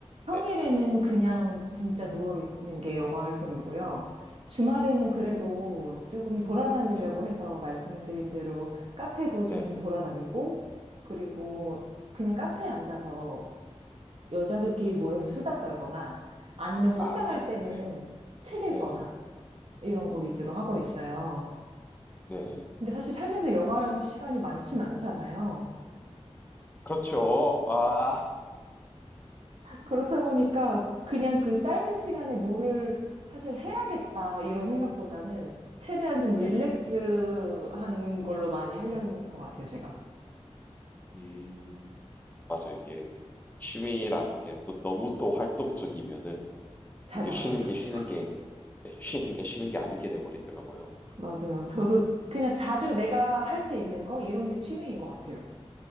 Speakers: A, on the right; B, on the left.
A: 평일에는
B: 네네.
A: 그냥 진짜 누워있는 게 여가 활동이고요. 주말에는 그래도 조금 돌아다니려고
B: 네네.
A: 해서 말씀드린 대로 카페도 좀
B: 네네.
A: 돌아다니고, 그리고 그냥 카페에 앉아서 여자들끼리 모여서 수다 떨거나 아니면 혼자
B: 아,
A: 갈 때는
B: 네네.
A: 책 읽거나
B: 네네.
A: 이런 거
B: 음,
A: 위주로 하고 있어요.
B: 네네.
A: 근데 사실 살면서 여가 시간이 많진 않잖아요.
B: 그렇죠. 아,
A: 그렇다 보니까 그냥 그 짧은
B: 네네.
A: 시간에 뭐를 사실 해야겠다 이런 생각보다는 최대한 좀 릴렉스한
B: 네네.
A: 걸로 많이 하려는 것 같아요, 제가.
B: 음, 맞아. 이게 취미라는 게 또 너무 또 활동적이면은
A: 자주
B: 이게 쉬는
A: 안 하죠.
B: 게 쉬는 게 쉬는 게 쉬는 게 아니게 돼버리더라고요.
A: 맞아요. 저도 그냥 자주
B: 네.
A: 내가 할 수 있는 거 이런 게 취미인 것 같아요.